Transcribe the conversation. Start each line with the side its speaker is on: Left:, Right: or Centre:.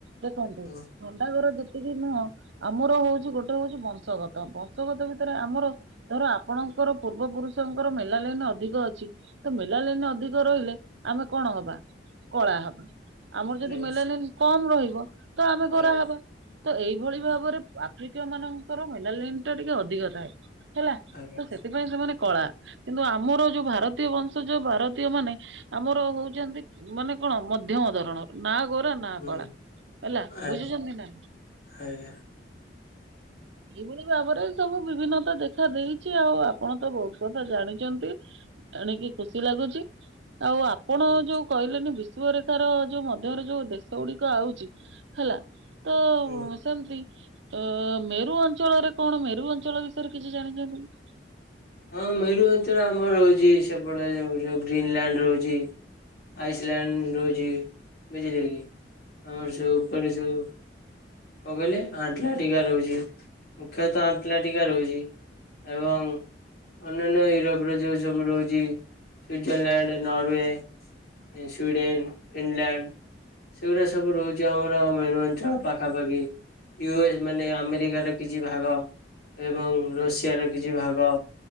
Right: ଦେଖନ୍ତୁ
Left: ହୁଁ
Right: ଥଣ୍ଡା ଘର ଯେତିକି ନୁହଁ ଆମର ହଉଛି ଗୋଟେ ଗୋଟେ ହଉଚି ବଂଶଗତ ବଂଶଗତ ଭିତରେ ଆମର ଧର ଆପଣଙ୍କର ପୂର୍ବ ପୁରୁଷଙ୍କର ମେଲା ଲାଇନ ଅଧିକ ଅଛି। ତ ମେଲା ଲାଇନି ଅଧିକ ରହିଲେ ଆମେ କଣ ହବା କଳା ହବା। ଆମର ଯଦି
Left: ହୁଁ
Right: ମେଲା ଲାଇନ କମ୍ ରହିବ ତ ଆମେ ଗୋରା
Left: ଆଜ୍ଞା
Right: ହବା ତ ଏଇଭଳି
Left: ଆଜ୍ଞା
Right: ଭାବରେ ଆଫ୍ରିକୀୟ ମାନଙ୍କର ମେଲାଲାଇନ୍ ଟା ଟିକେ ଅଧିକ ଥାଏ ହେଲା
Left: ଆଜ୍ଞା
Right: ତ ସେଥି ପାଇଁ ସେମାନେ କଳା କିନ୍ତୁ ଆମର ଯୋଉ ଭାରତୀୟ ବଂଶ ଯୋଉ ଭାରତୀୟ ମାନେ। ଆମର ହଉଛନ୍ତି ମାନେ କଣ ମଧ୍ୟମ ଧରଣର। ନା ଗୋରା ନା
Left: ହୁଁ
Right: କଳା ହେଲା
Left: ଆଜ୍ଞା
Right: ବୁଝିଛନ୍ତି ନା।
Left: ଆଜ୍ଞା।
Right: ଏଇଭଳି ଭାବରେ। ସବୁ ବିଭିନ୍ନତା ଦେଖା ଦେଇଛି ଆଉ ଆପଣ ତ ବହୁତ କଥା ଜାଣିଚନ୍ତି। ଯାଣିକି ଖୁସି ଲାଗୁଛି ଆଉ ଆପ ଆପଣ
Left: ହୁଁ
Right: ଯୋଉ କହିଲେନି ବିଶୁବରେଖାର ଯୋଉ ମଧ୍ୟରେ ଯୋଉ ଦେଶ ଗୁଡିକ ଆଉଛି ହେଲା। ତ
Left: ହୁଁ
Right: ସେମିତି। ଏ ମେରୁ ଅଞ୍ଚଳରେ କଣ ମେରୁ ଅଞ୍ଚଳ ବିଷୟରେ କିଛି ଜାଣିଚନ୍ତି।
Left: ହଁ ମେରୁ ଅଞ୍ଚଳ ଆମର ହହୁଛି ସେପଟେ ଯୋଉ ସବୁ ଗ୍ରୀନଲ୍ୟାଣ୍ଡ ରହୁଛି। ଆଇସଲ୍ୟାଣ୍ଡ ରହୁଛି ବୁଝିଲେ କି ଆମର ସବୁ ଉପରେ ସବୁ କଣ କହିଲେ ଆଣ୍ଟଲାଟିକା ରହୁଛି ମୁଖ୍ୟତଃ ଆଣ୍ଟଲାଟିକା ରହୁଛି। ଏବଂ। ଅନନ୍ୟ ୟୁରୋପର ଯେଉଁ ସବୁ ରହୁଛି ସୁଇଜରଲ୍ୟାଣ୍ଡ ନରୱେ ଇନ୍ ସ୍ଵିଡେନ ଇଙ୍ଗଲ୍ୟାଣ୍ଡ। ସେଗୁଡା ସବୁ ରହୁଛି ଆମର ମେରୁ ଅଞ୍ଚଳ ପାଖାପାଖି ୟୁଏସ୍ ମାନେ ଆମେରିକାର କିଛି ଭାଗ ଏବଂ ଋଷିଆର କିଛି ଭାଗ।